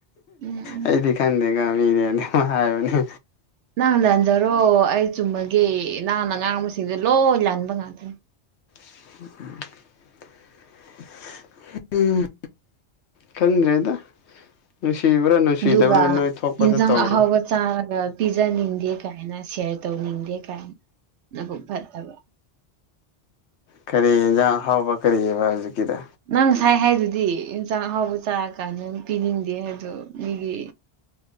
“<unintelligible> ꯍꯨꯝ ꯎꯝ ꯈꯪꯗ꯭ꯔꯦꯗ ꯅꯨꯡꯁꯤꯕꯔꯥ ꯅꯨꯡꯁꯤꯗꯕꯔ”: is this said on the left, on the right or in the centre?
Left